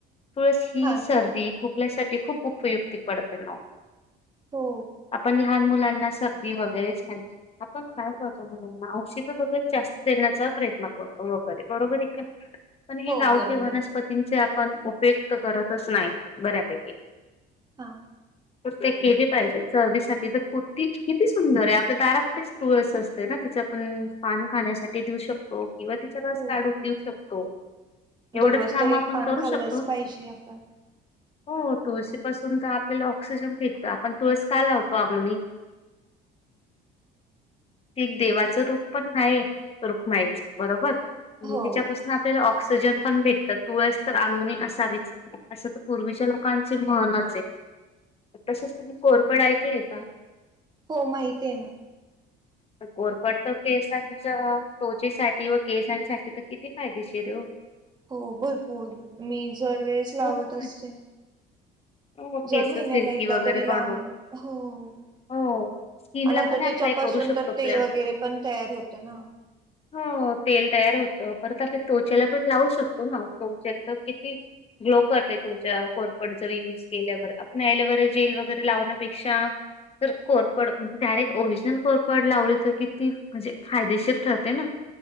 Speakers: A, on the left (about 30°); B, on the right (about 20°).
A: पस ही
B: हा
A: सर्दी खूप आपल्यासाठी खूप उपयुक्ती पडते ना ओ.
B: हो
A: आपण लहान मुलां सर्दी वगैरे आपण का, राहतो मुला औषध वगैरे जास्त देण्याचा प्रयत्न करतो वगैरे बरोबर. पण
B: हो
A: हे गावठे
B: बरोबर
A: वनस्पतींचे
B: आहे
A: पण उपयुक्त करतच नाही बऱ्यापैकी
B: हा.
A: ते केली पाहिजे चवीसाठी तर कुर्ती किती सुंदर आहे. आपल्या दारापुठेच तूळस असते, ना तिचं आपण पान खाण्यासाठी देऊ शकतो. किंवा तिचा रस
B: हो
A: काढून देऊ शकतो. एवढे
B: दररोज
A: काम
B: तर
A: आपण
B: एक पान
A: करू
B: खाल्लंच
A: शकतो.
B: पाहिजे आपण
A: हो तुळशी पाासून तर आपल्याला ऑक्सिजन भेटतो. आपण तुळस का लावतो अंगोनी एक देवाचं रूप पण आहे, रूखुमायचं बरोबर आणि
B: हो
A: त्याच्यापासून आपल्याला ऑक्सिजन पण भेटतात. तुळस तर अंगणी असावीच असं तर पूर्वीच्या लोकांची म्हहनचं आहे. तसचं तुमही कोरपड ऐकलंय का
B: हो माहित आहे ना
A: कोरपड तर केसांच्या तोचेसाठी व केसांसाठी तर किती फायदेशीर आहे हो
B: हो भरपूर मी जर वेळेस लावत
A: खूप
B: असते,
A: हो
B: जर
A: केस
B: महिन्याला
A: सिल्की
B: एकदा
A: वगैरे
B: तरी
A: बनवतो
B: लावण, हो
A: हो स्किनला
B: आणि आता
A: पण
B: त्याच्यापासून
A: अप्लाय करू शकतो
B: तर
A: आपल्या
B: तेल वगैरे पण तयार होत ना
A: हो तेल तयार होतं परत आपण तोचेला पण लावू शकतो, ना तो किती ग्लो पडते त्चा कोरपड जर युज केल्यावर आपणवर एँलोवेरा जेल वगैरे लावण्यापेक्षा कोरपड म्हणजे डायरेक्ट ओरिजनल कोर पड लावली तर किती, म्हणजे फायदेशीर ठरते ना